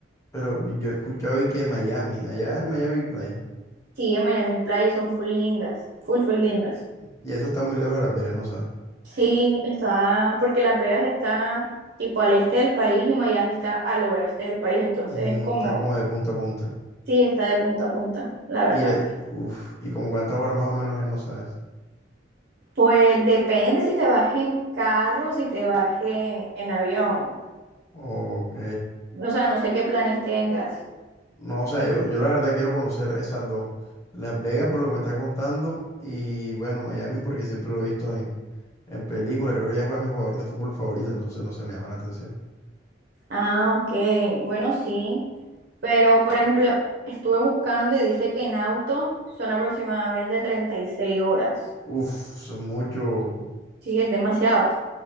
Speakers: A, on the left; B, on the right.
A: Pero yo he escuchado y que Miami, allá en Miami hay playa.
B: Sí, en Miami Playa y son full lindas, full, full lindas.
A: Y eso está muy lejos de Las Vegas, no sabes.
B: Sí, está, porque Las Vegas está tipo al este del país y Miami está al oeste del país, entonces
A: Mm,
B: es como,
A: están como de punta a punta.
B: sí, está de punta a punta, la verdad.
A: Y, eh, uf, y como cuántas horas más o menos es, no sabes.
B: Pues depende si te vas en carro, si te vas en, en avión.
A: Ok.
B: O sea, no sé qué planes tengas.
A: No, o sea, yo, yo la verdad quiero conocer esas dos. Las Vegas por lo que me estás contando y bueno, Miami porque siempre lo he visto en, en películas. Creo que ya juega mi jugador de fútbol favorito, entonces no se me llama la atención.
B: Ah, ok, bueno, sí, pero por ejemplo, estuve buscando y dice que en auto son aproximadamente 36 horas.
A: Uf, eso es mucho.
B: Sí, es demasiado.